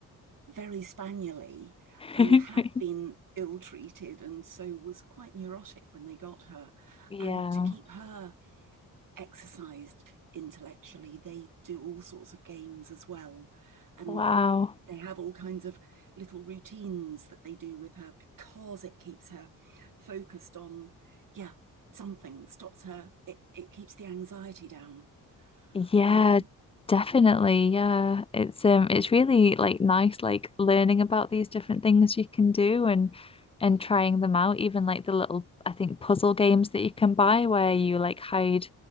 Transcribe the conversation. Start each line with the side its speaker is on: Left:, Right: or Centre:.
Right: very spaniely
Left: <laughs>
Right: and had been ill treated, and so was quite neurotic when they got her.
Left: Yeah.
Right: And to keep her exercised intellectually, they do all sorts of games as well, and
Left: Wow.
Right: they have all kinds of little routines that they do with her because it keeps her focused on yeah something stops her it, it keeps the anxiety down
Left: Yeah,
Right: um,
Left: definitely. Yeah. It's um it's really like nice like learning about these different things you can do and and trying them out, even like the little I think puzzle games that you can buy where you like hide